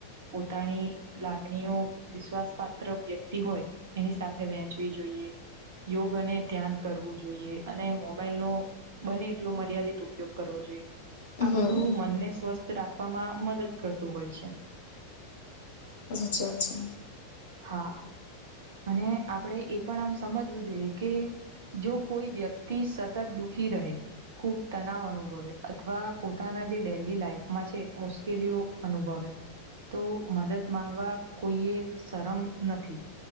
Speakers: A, on the right; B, on the left.
A: પોતાની લાગણીઓ વિશ્વાસ પાાત્ર વ્યક્તિ હોય એની સાથે વેંચવી જોઈએ યોગ અને ધ્યાન કરવું જોઈએ અને મોબાઈલ ન બને એટલો મર્યાદિત ઉપયોગ કરવો જોઈએ
B: હમ
A: આ બધું મનને સ્વસ્થ રાખવામાં મદદ કરતું હોય છે
B: બ સાચી વાત છે
A: હા અને આપણે એ પણ આમ સમજવું જોઈએ કે જો કોઈ વ્યક્તિ સતત દુઃખી રહે ખુબ તનાવ અનુભવે અથવા પોતાના જે ડેલી લાઈફમાં છે મુશ્કેલીઓ અનુભવે તો મદદ માંગવા કોઈએ શરમ નથી